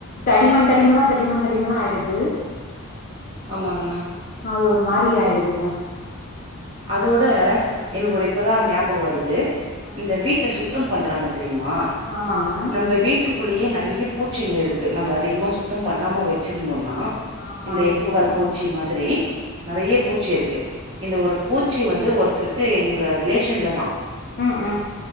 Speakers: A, on the left; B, on the right.
A: தடிமண் தடிமணா தடிமண் தடிமணா ஆயிடுது
B: ஆமாங்க
A: ஆ அது ஒரு மாரி ஆயிடுதுங்க
B: அதோட
A: ஆ
B: எனக்கு ஒரு இப்பதா ஞாபகோ வருது
A: ஆ
B: இந்த வீட்ட சுத்தம் பண்றாங்க தெரியுமா
A: ஆமாங்க
B: நம்ப வீட்டுக் குள்ளயே நெறைய பூச்சிங்க இருக்கு நம்ப அதிகமாக சுத்தம் பண்ணாம வச்சிருந்தோன்னா
A: ஆமா
B: இந்த எட்டுக்கால்
A: இருக்கு ம்
B: பூச்சி மாதிரி
A: ம்
B: நெறைய
A: ம்
B: பூச்சி இருக்கு இந்த ஒரு பூச்சி வந்து ஒருத்தருக்கு எங்க ரிலேஷன்லதா
A: ம் ம்